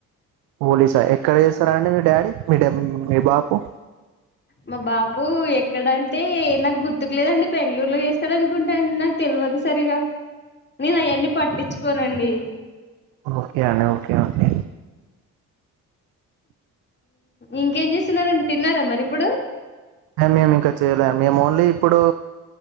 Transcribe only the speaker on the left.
మా బాపు ఎక్కడంటే నాకు గుర్తుకు లేదండి బెంగళూరులో చేస్తాడు అనుకుంటాండి నాకు తెలు వోదు సరిగా నేను అవన్ని పట్టించుకోనండి
ఇంకేం చేస్తున్నారండి తిన్నారా మరి ఇప్పుడు